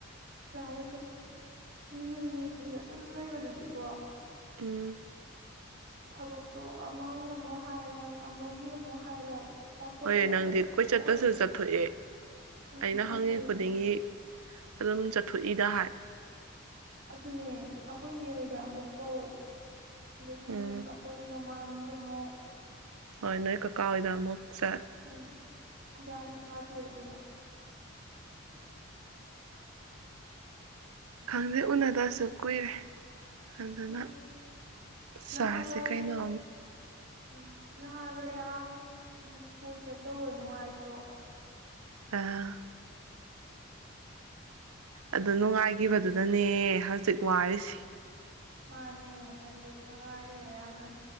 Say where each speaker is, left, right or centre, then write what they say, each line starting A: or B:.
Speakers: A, on the right; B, on the right.
A: ꯆꯥꯔꯨꯁꯦ ꯌꯨꯝꯗ ꯑꯗꯨꯝ ꯂꯩꯕꯗꯨꯗꯤꯀꯣ
B: ꯎꯝ
A: ꯊꯕꯛꯇꯣ ꯑꯃꯒꯤ ꯑꯃꯨꯛ ꯍꯥꯏꯔꯛ ꯑꯃꯒꯤ ꯑꯃꯨꯛ ꯍꯥꯏꯔꯛ ꯄꯥꯈꯣꯜꯂꯣꯏ
B: ꯍꯣꯏ
A: ꯑꯗꯨꯝ
B: ꯅꯪꯗꯤ ꯀꯣꯏꯆꯠꯇꯁꯨ
A: ꯑꯣꯏꯔ
B: ꯆꯠꯊꯣꯛꯑꯦ
A: ꯎꯝ
B: ꯑꯩꯅ
A: ꯑꯗꯨꯅꯦ
B: ꯍꯪꯉꯤ ꯈꯨꯗꯤꯡꯒꯤ ꯑꯗꯨꯝ ꯆꯠꯊꯣꯛꯏꯗ ꯍꯥꯏ
A: ꯑꯗꯨꯅꯦ ꯑꯩꯈꯣꯏ ꯅꯦꯑꯣꯏꯗ ꯑꯃꯨꯛ ꯀꯧ ꯑꯗꯒꯤ
B: ꯎꯝ
A: ꯑꯩꯈꯣꯏ ꯃꯃꯥꯡꯒꯤ ꯑꯃꯨꯛ
B: ꯍꯣꯏ ꯅꯣꯏ ꯀꯀꯥ ꯍꯣꯏꯗ ꯑꯃꯨꯛ ꯆꯠ
A: ꯎꯝ ꯒꯌꯥꯟ ꯇꯥꯗꯦꯕ ꯑꯗꯨꯅ
B: ꯈꯪꯗꯦ ꯎꯅꯗꯁꯨ ꯀꯨꯏꯔꯦ ꯑꯗꯨꯅ
A: ꯀꯨꯏꯔꯦ
B: ꯆꯥꯁꯦ
A: ꯅꯍꯥꯟꯋꯥꯏ
B: ꯀꯩꯅꯣꯝ
A: ꯎꯝ ꯅꯍꯥꯟꯗꯣ ꯌꯥꯝ ꯀꯣꯏ ꯆꯠꯇꯧꯕ ꯅꯨꯡꯉꯥꯏꯇ꯭ꯔꯣ
B: ꯑꯥ ꯑꯗꯨ ꯅꯨꯡꯉꯥꯏꯈꯤꯕꯗꯨꯅꯅꯦ ꯍꯧꯖꯤꯛ ꯋꯥꯔꯤꯁꯤ
A: ꯃꯥꯅꯦ ꯑꯗꯨꯗ ꯅꯨꯡꯉꯥꯏꯈ꯭ꯔꯦ ꯌꯥꯝꯅ